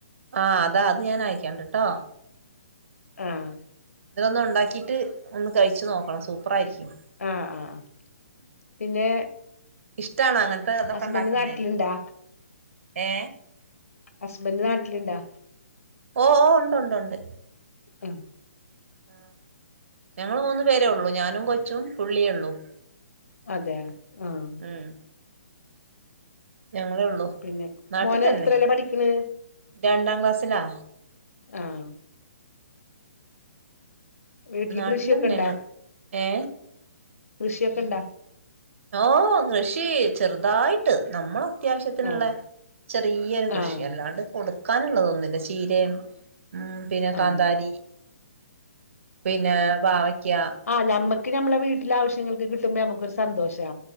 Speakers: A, on the right (about 60°); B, on the left (about 80°).
A: ആ അതാ അത് ഞാൻയക്കണ്ടട്ടോ
B: ആഹ്
A: ഇതിലൊന്നണ്ടാക്കിട്ട് ഒന്ന് കഴിച്ചു നോക്കണം സൂപ്പറായിരിക്കും.
B: ആഹ് ആഹ് ആഹ് പിന്നെ
A: ഇഷ്ട്ടാണോ അങ്ങനത്തെ ഇതൊക്കെ
B: ഹസ്ബൻഡ്
A: ഉണ്ടാക്കുന്നേ
B: നാട്ടിലുണ്ടാ
A: ഏ
B: ഹസ്ബൻഡ് നാട്ടിലുണ്ടാ?
A: ഓ ഓ ഉണ്ട് ഉണ്ട് ഉണ്ട്.
B: ഉം.
A: ആ ഞങ്ങൾ മൂന്നു പേരേ ഉള്ളൂ ഞാനും കൊച്ചും പുള്ളിയേ ഉള്ളൂ.
B: അതെ ആഹ്
A: ഉം. ഞങ്ങളേ ഉള്ളൂ
B: പിന്നെ
A: നാട്ടിൽ
B: മോന്
A: തന്നെ
B: എത്രേലാ പഠിക്കണ്
A: രണ്ടാം ക്ലാസ്സിലാ.
B: ആഹ് വീട്ടില്
A: നാട്ടിലന്നെയാണ്
B: കൃഷിയക്കെണ്ടാ
A: ഏ
B: കൃഷിയക്കെണ്ടാ
A: ഓഹ് കൃഷി ചെറുതായിട്ട് നമ്മള അത്യാവശ്യത്തിന്ള്ള
B: ആഹ്
A: ചെറിയൊരു കൃഷി
B: ആഹ്
A: അല്ലാണ്ട് കൊടുക്കാന്ള്ളതൊന്നുല്ല ചീരയും ഉം പിന്നെ
B: ആഹ്
A: കാന്താരി പിന്നേ പാവക്ക്യ
B: ആ നമ്മക്ക് നമ്മളെ വീട്ടിലെ ആവശ്യങ്ങൾക്ക് കിട്ടുമ്പോ നമ്മുക്കൊരു സന്തോഷാ.